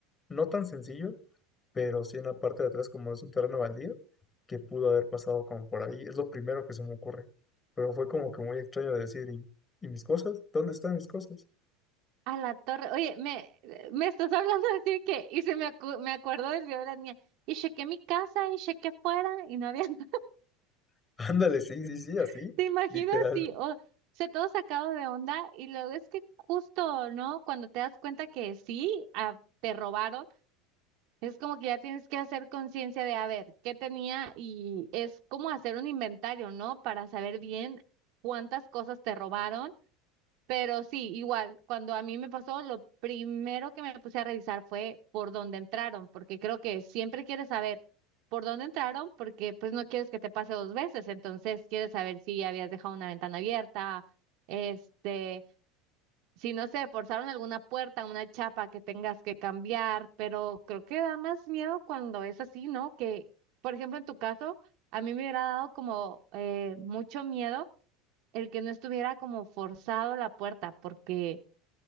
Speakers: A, on the left; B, on the right.
A: no tan sencillo, pero sí en la parte de atrás, como es un terreno baldío, que pudo haber pasado como por ahí. Es lo primero que se me ocurre. Pero fue como que muy extraño de decir, ¿y, y mis cosas? ¿Dónde están mis cosas?
B: A la torre. Oye, me, me estás hablando así que, y se me, acu- me acuerdo del video de la niña. Y chequé mi casa y chequé afuera y no había nada.
A: <laughs> Ándale, sí, sí, sí, así,
B: <laughs> ¿Te imaginas?
A: literalmente.
B: Sí, o sea, todo sacado de onda. Y luego es que justo, ¿no? Cuando te das cuenta que sí, ah, te robaron, es como que ya tienes que hacer conciencia de, a ver, qué tenía y es como hacer un inventario, ¿no? Para saber bien cuántas cosas te robaron Pero sí, igual, cuando a mí me pasó, lo primero que me puse a revisar fue por dónde entraron, porque creo que siempre quieres saber por dónde entraron, porque pues no quieres que te pase dos veces, entonces quieres saber si ya habías dejado una ventana abierta, este, si no sé, forzaron alguna puerta, una chapa que tengas que cambiar, pero creo que da más miedo cuando es así, ¿no? Que, por ejemplo, en tu caso, a mí me hubiera dado como eh, mucho miedo el que no estuviera como forzado la puerta, porque